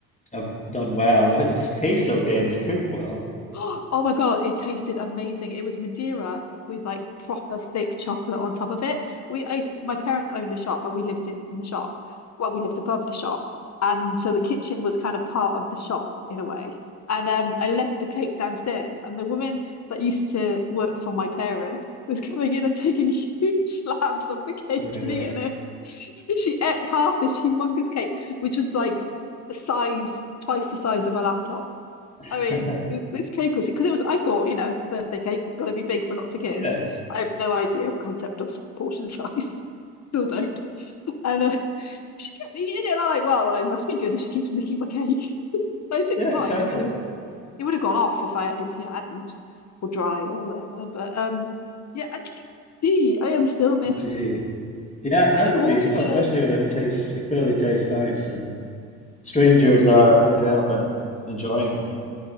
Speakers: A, on the left (about 15°); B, on the left (about 40°).
A: have done well. If it tastes okay and it's cooked well,
B: <gasps> Oh my God, it tasted amazing. It was Madeira with like proper thick chocolate on top of it. We I used my parents owned a shop and we lived in, in the shop. Well, we lived above the shop. And so the kitchen was kind of part of the shop in a way. And um, I left the cake downstairs, and the woman that used to work for my parents was coming in and taking <laughs> huge slabs of the cake
A: really.
B: and eating it. <laughs> She ate half this humongous cake, which was like the size, twice the size of a laptop.
A: <laughs>
B: I mean, this, this cake was because it was. I thought, you know, birthday cake, it's got to be big for lots of kids.
A: Yeah,
B: I have no idea of concept of portion size. <laughs> Still don't. And uh, she kept eating it, and I'm like, well, it must be good if she keeps nicking my cake. <laughs> But I didn't
A: yeah,
B: mind.
A: exactly.
B: I mean, it was it would have gone off if I if you hadn't, or dry or whatever. But um, yeah, and she kept- gee, I am still miffed
A: Gee. Yeah,
B: <laughs>
A: I would
B: all
A: be as
B: these
A: well,
B: years.
A: especially when it tastes, it clearly tastes nice and strangers are
B: She
A: picking it up and enjoying